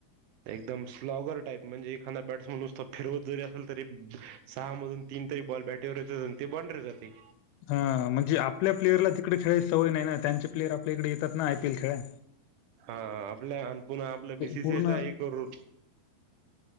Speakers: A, on the right; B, on the left.
A: एकदम स्लॉगर टाईप म्हणजे एखादा बॅट्समनतो फिरवत जरी असेल तरी सहा मधून तीन तीन तरी बॉल बॅटेवरात आणि ते बॉन रे जाते.
B: हा म्हणजे आपल्या प्लेयरला तिकडे खेळायची सवय नाही ना त्यांचे प्लेयर आपल्या इकडे येतात ना आयपीएल खेळाय.
A: हा आपल्या पुन्हा आपलं बीसीसीचा
B: पूर्ण हं,
A: एक करू.